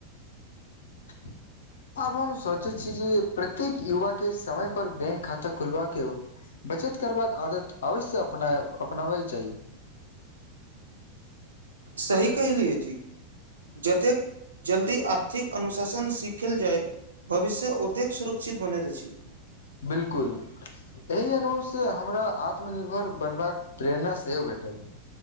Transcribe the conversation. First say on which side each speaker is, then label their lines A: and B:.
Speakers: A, on the left; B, on the right.
A: <inaudible> आब हम सोंचै छी जे प्रत्येक युवा के समय पर बैंक खाता खुलबा के हो बचत करबाक आदत अवश्य अप अपनाबै चाही <inaudible>
B: सही कहलियै जी जतेक जल्दी आर्थिक अनुशासन सीखल जाय भविष्य ओतेक सुरक्षित बनैत अछि
A: बिलकुल एहि अनुभवसँ हमरा आत्मनिर्भर बनबाक प्रेरणा सेहो भेटल